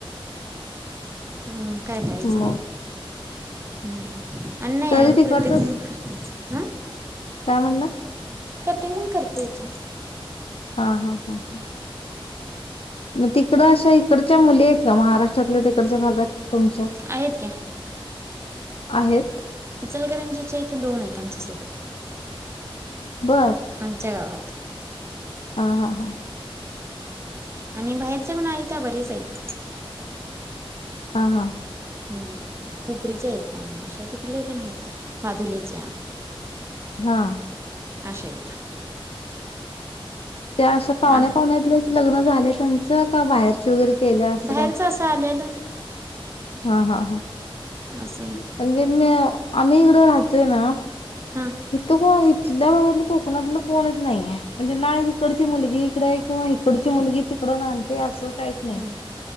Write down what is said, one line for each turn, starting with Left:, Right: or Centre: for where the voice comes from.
Right: हम. काय करायचं?
Left: मग
Right: हम. अन्याय
Left: तरी
Right: आहे,
Left: तिकडचंच
Right: प्रत्येक जण करतयचं. अह.
Left: काय म्हणला?
Right: प्रत्येक जण करतय की
Left: हा हा हा हा. म ती तिकड अशा इकडच्या मुली आहेत का महाराष्ट्रातल्या त तीकडच्या भागात तुमच्या?
Right: आहेत क्या
Left: आहेत.
Right: इचलकरंजी च्या हित दोन आहेत आमच्यासोबत.
Left: बर
Right: आमच्या गावात.
Left: हा हा हां.
Right: आणि बाहेरचे पण आहेत बरेच आहेत.
Left: हा हा.
Right: हा खूपरीच्या आहेत्या आशा तिकडल्या लय आहेत बादुलेच्या
Left: हा.
Right: आशा आहेत.
Left: त्या अशा पाहुण्या
Right: वा
Left: पाहुण्यातलेच लग्न झाले च का बाहेरचे वगैरे केल्या असं
Right: केलं? बाहेरचं
Left: काय?
Right: असं आलेलं
Left: हा हा हा.
Right: असं
Left: म्हणजे मी आम्ही इकड राहतोय ना
Right: हां
Left: इथं कुठल्या भागातलं कोकणातलं कोणच नाहीये म्हणजे नाही ती कडची मुलगी इकडे आहे, किंवा इकडची मुलगी तिकडं नाते असं काहीच नाही
Right: हम